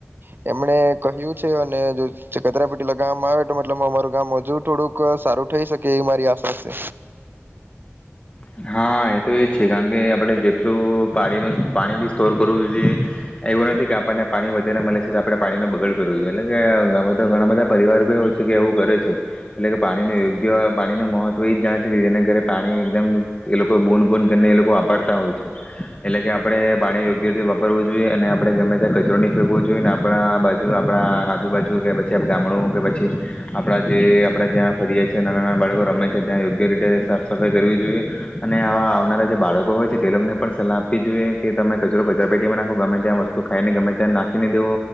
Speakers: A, on the right (about 50°); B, on the left (about 30°).
A: એમણે કહ્યું છે અને જો ચકતરા પેટીલા ગામ આવે તો મતલબ અમારું ગામ હજુ થોડુંક સારું થઈ શકે એ મારી આશા છે.
B: હા એ તો એજ છે કા કે આપણે જેટલું પાણીનું પાણી બી સ્ટોર કરવું જોઈએ, એવું નથી કે આપણને પાણી વધારે મળે છે તો આપણે પાણીને બગાડ કરવું જોઈએ એટલે કે તો ઘણા બધા પરિવાર બી હોય છે કે એવું કરે છે, એટલે કે પાણીનું યોગ્ય પાણી નુ મહત્વ એ જ જાણે છે કે જેના પાણી એકદમ એ લોકો બૂન બૂન કરીને એ લોકો વાપરતા હોય છે, એટલે કે આપણે પાણી યોગ્ય રીતે વાપરવું જોઈએ અને આપણે ગમે ત્યાં કચરો ફેંવો જોઈએ ને આપણા બાજુ આપણા આજુબાજુ કે પછી ગામડું કે પછી આપણા જે આપણે જ્યાં ફરીએ છી નાના નાના બાળકો રમે છે ત્યાં યોગ્ય રીતે સાફ સફાઈ કરવી જોઈએ. અને આવનારા જે બાળકો હોય છે તે લોકોને પણ સલાહ આપવી જોઈએ કે તમે કચરો કચરા પેટીમાં નાખો ગમે ત્યાં વસ્તુ ખાઈને ગમે ત્યાં નાખી ને દેવો,